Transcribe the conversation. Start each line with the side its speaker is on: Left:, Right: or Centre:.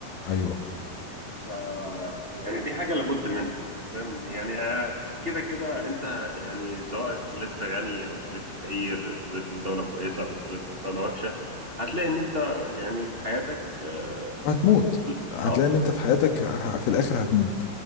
Left: ايوه
Right: ف يعني دي حاجة لابد منها فاهم يعني آه، كده كده انت يعني سواء اتولدت غني او اتولدت فقير اتولدت في دولة كويسة او اتولدت في دولة وحشة هتلاقي ان انت يعني في حياتك آه،
Left: وهتموت
Right: بت-
Left: هتلاقي
Right: اه
Left: ان انت في حياتك ه- في الاخر هتموت